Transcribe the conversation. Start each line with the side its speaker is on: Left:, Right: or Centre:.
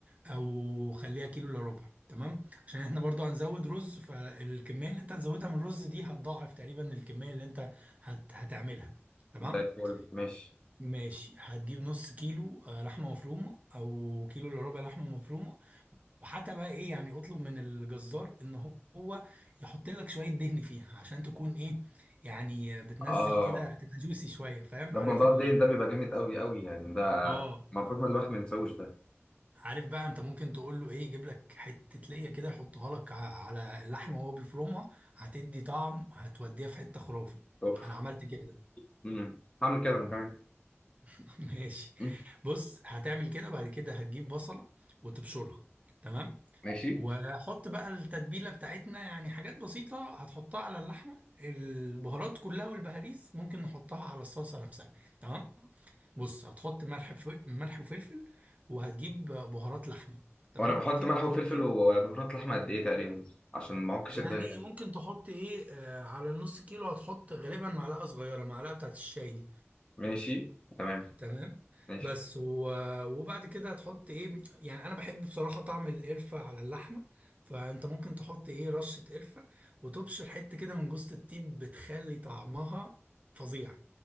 Right: او خليها كيلو الا ربع تمام عشان احنا برضو هنزود رز فالكمية اللي انت هتزودها من الرز دي هتضاعف تقريبا الكمية اللي انت هت هتعملها
Left: <laughs>
Right: تمام
Left: زي الفل ماشي
Right: ماشي هتجيب نص كيلو آه، لحمة مفرومة او كيلو الا ربع لحمة مفرومة وحتى بقى ايه يعني اطلب من الجزار ان هو يحط لك شويه دهن فيها عشان تكون ايه يعني بتنزل
Left: اه
Right: كده تبقى جوسي شويه فاهم
Left: ده
Right: عارف
Left: موضوع
Right: ال
Left: الدين ده بيبقى جامد قوي قوي يعني ده
Right: اه
Left: المفروض ما الواحد ما ينساوش ده
Right: عارف بقى انت ممكن تقول له ايه يجيب لك حته ليا كده يحطها لك ع- على اللحمه وهو بيفرمها هتدي طعم هتوديها في حته خرافه
Left: اوف
Right: انا عملت كده
Left: امم هعمل كده انا كمان
Right: <laughs> ماشي
Left: مم.
Right: بص هتعمل كده بعد كده هتجيب بصله وتبشرها تمام
Left: ماشي
Right: وحط بقى التتبيلة بتاعتنا يعني حاجات بسيطة هتحطها على اللحمة البهارات كلها والبهاريز ممكن نحطها على الصلصة نفسها تمام بص هتحط ملح بف- ملح وفلفل وهتجيب بهارات لحمة تمام
Left: وانا بحط
Right: في
Left: ملح
Right: بهارات
Left: وفلفل
Right: كده
Left: وبهارات لحمه قد ايه تقريبا عشان ما اعكش
Right: يعني
Left: الدنيا يعني
Right: ممكن تحط ايه آه على النص كيلو هتحط غالبا معلقة صغيرة معلقة بتاعت الشاي دي
Left: ماشي تمام
Right: تمام
Left: ماشي
Right: بس و... وبعد كده هتحط ايه يعني انا بحب بصراحة طعم القرفة على اللحمة فانت ممكن تحط ايه رشة قرفة وتبشر حتة كده من جوز الطيب بتخلي طعمها فظيع